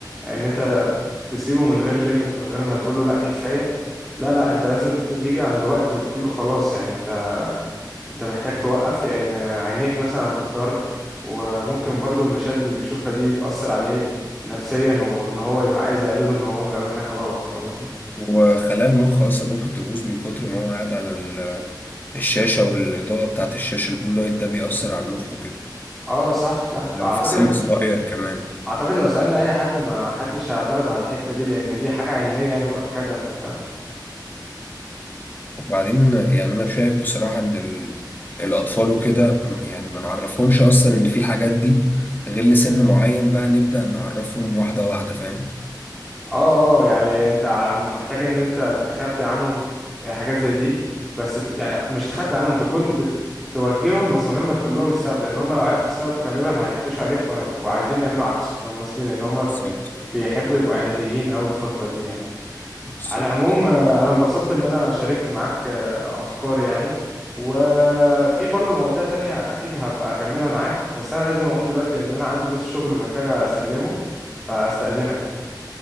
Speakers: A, in the centre; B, on the left.
A: إن أنت تسيبه من غير ليميت من غير ما تقوله لأ كفاية لا لا أنت لازم ت- تيجي عند وقت وتقوله خلاص يعني انت محتاج توقف لان عينيك مثلا هتضر وممكن برضو المشاهد اللي بيشوفها دي تأثر عليه نفسيا وان هو يبقى عايز يقلدهم لو هو بيعمل حاجة غلط فاهم قصدي
B: وخلايا المخ اصلا ممكن تبوظ من كتر ما هو قاعد على ال- الشاشة والإضاءة بتاعت الشاشة البلو لايت ده بيأثر على المخ وكده
A: اه صح صح فاعتقد
B: لو في سن صغير كمان
A: اعتقد لو سألنا اي حد ما حدش هيعترض على الحتة دي لان دي حاجة علمية يعني مؤكدة انت فاهم
B: بعدين يعني انا شايف بصراحة ان ال... الاطفال وكده م- يعني ما نعرفهمش اصلا ان في الحاجات دي غير لسن معين بقى نبدأ نعرفهم واحدة واحدة فاهم
A: اه اه يعني انت محتاج ان انت تخبي عنهم آه، حاجات زي دي بس ت- يعني مش تخبي عنهم تكون بتوجههم بس من غير ما تقول لهم السبب لان هم لو عرفوا السبب غالبا هيقفشوا عليك وهيبقوا عايزين يعملوا عكسه فاهم قصدي لان هم
B: بالظبط
A: بيحبوا يبقوا عناديين اوي الفترة دي يعني
B: بالظبط
A: على العموم آه، انا انبسطت ان انا شاركت معاك آه، افكاري يعني وفي برضه مواضيع تانية اكيد هبقى اكملها معاك بس انا لازم اقوم دلوقتي لان انا عندي بس شغل محتاج اسلمه فاستأذنك يعني